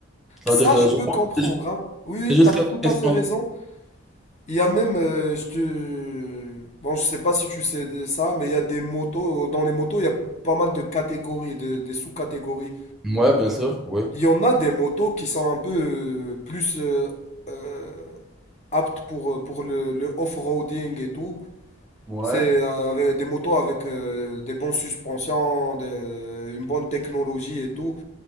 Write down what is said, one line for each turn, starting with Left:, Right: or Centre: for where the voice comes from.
Centre: C'est-à-dire,
Left: Ça, je
Centre: euh, je
Left: peux
Centre: pense
Left: comprendre.
Centre: que c'est juste,
Left: hein. Oui,
Centre: c'est juste
Left: tu as
Centre: que-
Left: tout
Centre: question.
Left: à fait raison. Il y a même, euh, je te... bon, je sais pas si tu sais de ça, mais il y a des motos, dans les motos, il y a pas mal de catégories, de- des sous-catégories.
Centre: Ouais, bien sûr, oui.
Left: Il y en a des motos qui sont un peu euh, plus euh, euh, aptes pour, euh, pour le, le off-roading et tout.
Centre: Ouais.
Left: C'est euh, avec des motos avec euh, des bonnes suspensions, des- une bonne technologie et tout,